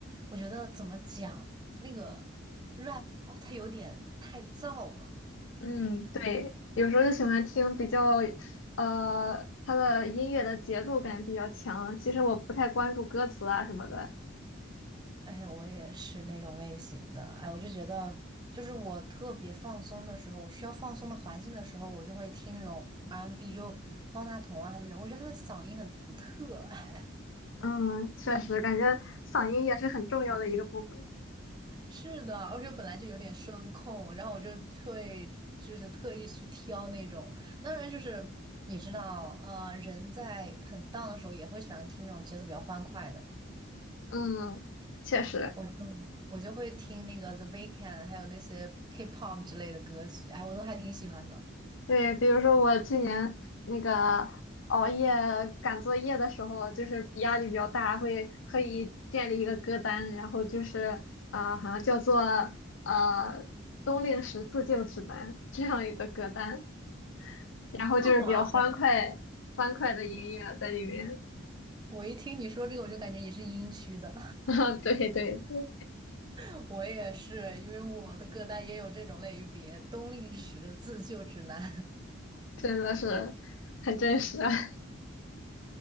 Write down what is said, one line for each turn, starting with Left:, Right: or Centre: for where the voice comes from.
Right: 我觉得怎么讲，那个 rap 它有点太燥了。
Left: 嗯，对，有时候就喜欢听比较，呃，它的音乐的节奏感比较强。其实我不太关注歌词啊什么的。
Right: 哎，我也是那种类型的。哎，我就觉得，就是我特别放松的时候，我需要放松的环境的时候，我就会听那种 R&B，就方大同啊他们那种，我觉得他们嗓音很独特。<laughs>
Left: 嗯，确实，感觉嗓音也是很重要的一个部分。
Right: 是的，而且本来就有点声控，然后我就会就是特意去挑那种，当然就是你知道，呃，人在很 down 的时候也会喜欢听那种节奏比较欢快的，
Left: 嗯，确实，
Right: 我就我就会听那个 The Weeknd，还有那些 K-pop 之类的歌曲，哎，我都还挺喜欢的。
Left: 对，比如说我去年那个熬夜赶作业的时候，就是压力比较大，会特意建立一个歌单，然后就是呃，好像叫做呃《冬令时自救指南》这样一个歌单。然后就是比较欢快、
Right: <laughs> 哇塞
Left: 欢快的音乐在里面。
Right: 我一听你说这个，我就感觉你是音区的，
Left: <laughs> 啊，对对，对
Right: <laughs> 我也是，因为我的歌单也有这种类别，冬令时、自救指南。
Left: 真的是很真实啊。<laughs>